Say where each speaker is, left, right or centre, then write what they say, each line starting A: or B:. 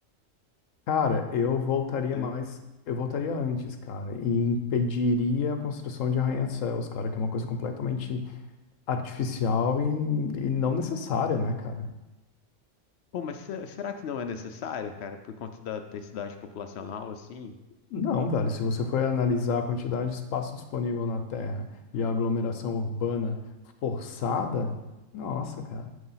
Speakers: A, on the left; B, on the left.
A: Cara, eu voltaria
B: Sei.
A: mais, eu voltaria antes, cara, e impediria a construção de arranha-céus, cara, que é uma coisa completamente artificial e, e não necessária, né, cara?
B: Pô, mas se- será que não é necessário, cara, por conta da densidade populacional, assim?
A: Não, velho, se você for analisar a quantidade de espaço disponível na Terra e a aglomeração urbana forçada, nossa, cara,